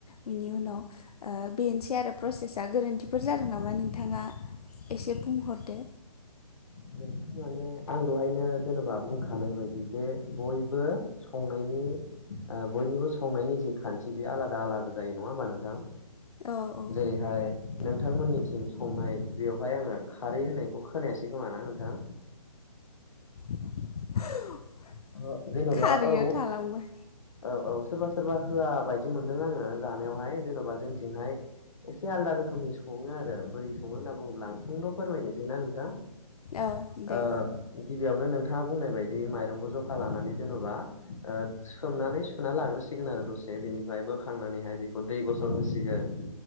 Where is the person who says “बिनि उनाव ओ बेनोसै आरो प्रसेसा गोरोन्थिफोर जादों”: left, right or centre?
Left